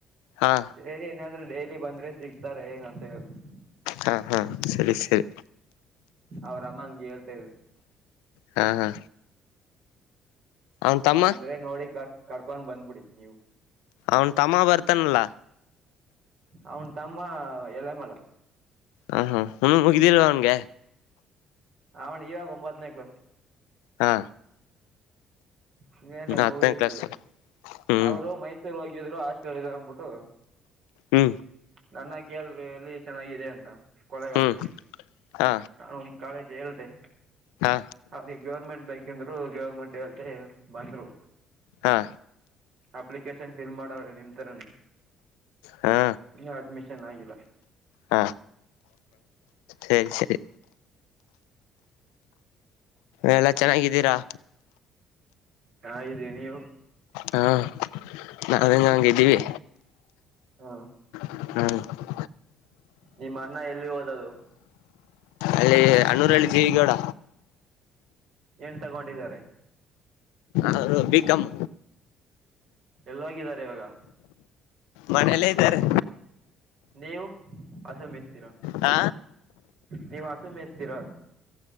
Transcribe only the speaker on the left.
ಹಾ
ಹಾ ಹಾ ಸರಿ ಸರಿ
ಹಾ ಹಾ ಅವನ್ ತಮ್ಮ
ಅವನ್ ತಮ್ಮಾ ಬರ್ತಾನಲ್ಲ
ಹ ಹ ಹು ಮುಗಿದಿಲ್ವಾ ಅವನ್ಗೆ
ಹಾ
ಹತ್ತನೇ
ಕ್ಲಾಸ್ ಹ್ಮ್
ಹ್ಮ್
ಹ್ಮ್ ಹಾ
ಹಾ
ಹಾ.
ಹಾ
ಹಾ ಸರಿ ಸರಿ. ಎಲ್ಲ ಚೆನ್ನಾಗಿದ್ದೀರಾ.
ಹಾ ನಾವ ಹೆಂಗ ಹಂಗಿದ್ದೀವಿ.
ಹ್ಮ್.
ಅಲ್ಲಿ ಅನುರಾಳಿ ಜಗೋಡ.
ಹದು ಬಿಕಂಮ್
ಮನೆಯಲ್ಲೇ ಇದ್ದಾರೆ.
ಹ.